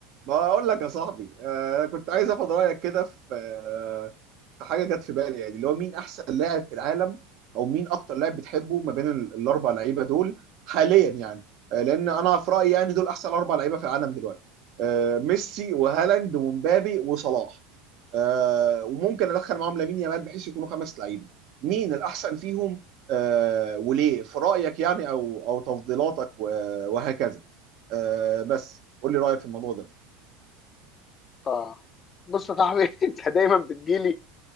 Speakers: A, on the right (about 60°); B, on the left (about 35°).
A: بقول لك يا صاحبي آه كنت عايز اخد رايك كده في آه في حاجه جت في بالي يعني اللي هو مين احسن لاعب في العالم او مين اكتر لاعب بتحبه ما بين ال- الاربع لعيبه دول حاليا يعني آه لان انا في رايي يعني دول احسن اربع لعيبه في العالم دلوقتي آه ميسي وهالاند ومبابي وصلاح آه وممكن ادخل معاهم لامين يامال بحيث يكونوا خمس لعيبه مين الاحسن فيهم آه وليه في رايك يعني او او تفضيلاتك و- وهكذا آه بس قول لي رايك في الموضوع ده
B: اه بص يا صاحبي <laughs> انت دايما بتجيلي